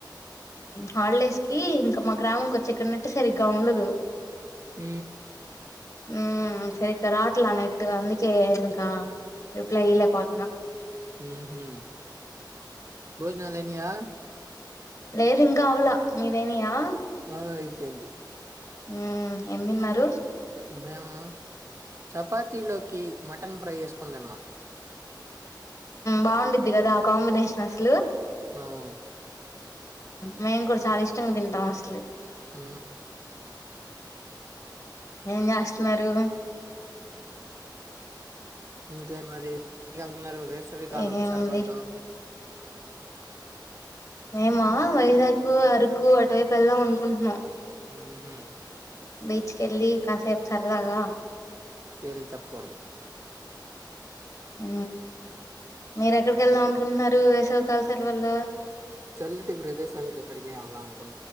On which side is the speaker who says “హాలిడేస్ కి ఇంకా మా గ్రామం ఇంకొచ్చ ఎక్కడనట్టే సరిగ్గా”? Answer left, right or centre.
Left